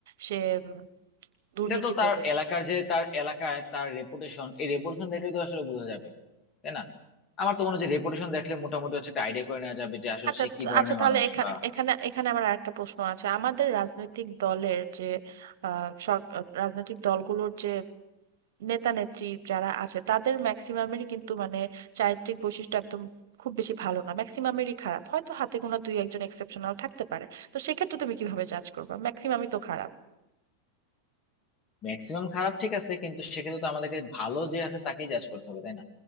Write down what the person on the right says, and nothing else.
সে উম, দুর্নীতি
করবে
আচ্ছা
তো-
আচ্ছা তাহলে
এখানে
এখানে এখানে আমার আরেকটা প্রশ্ন আছে আমাদের রাজনৈতিক দলের যে আহ সরকার রাজনৈতিক দলগুলোর যে নেতা নেত্রী যারা আছে তাদের ম্যাক্সিমামেরই কিন্তু মানে চারিত্রিক বৈশিষ্ট্য একদম খুব বেশি ভালো না ম্যাক্সিমামেরই খারাপ হয়তো হাতে গোনা দুই একজন এক্সেপশনাল থাকতে পারে তো সেক্ষেত্রে তুমি কিভাবে জাজ করবে ম্যাক্সিমামই তো খারাপ